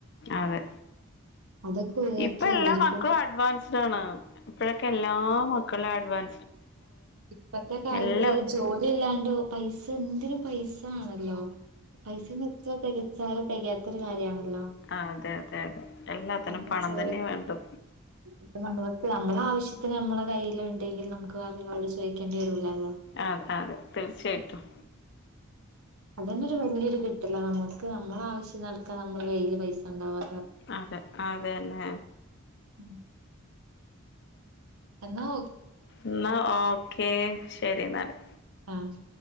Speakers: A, on the left; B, on the right.
A: അതെ
B: അതൊക്കെ ഒഴിവാക്കി
A: ഇപ്പ എല്ലാമക്കളും
B: എല്ലാർക്കും
A: അഡ്വാൻസ്ഡാണ്. ഇപ്പഴ്ക്കെ എല്ലാ മക്കളും അഡ്വാൻ
B: ഇപ്പത്തെകാലത്ത്
A: എല്ലാവരും
B: ജോലിഇല്ലാണ്ടോ പൈസ എന്തൊര് പൈസ അല്ലോ, പൈസേന്നെത്ര തികച്ചാൽ തികയാത്തൊരു കാര്യമാണല്ലോ
A: അതെ അതെ അതെ എല്ലാത്തിനും
B: അ
A: പണം
B: ച
A: തന്നെ വേണ്ടു
B: അണ്ടെ നമ്മൾ <inaudible> ആവശ്യത്തിനുനമ്മുടെ കൈയിലുണ്ടെങ്കിൽ, നമുക്കാണുങ്ങളോട് ചോദിക്കേണ്ടിവരൂല.
A: അതെയതെ തീർച്ചയായിട്ടും.
B: അതുതന്നെയൊരു വലിയൊരു കിട്ടലാ നമുക്ക്, നമ്മടെആവശ്യങ്ങൾക്ക് നമ്മുടെ കൈയ്യിൽ പൈസ ഉണ്ടാവാ
A: അതെ, അതുതന്നെ.
B: ഉം എന്നോ
A: എന്നാ ഓക്കേ, ശരിയെന്നാല്.
B: ആഹ്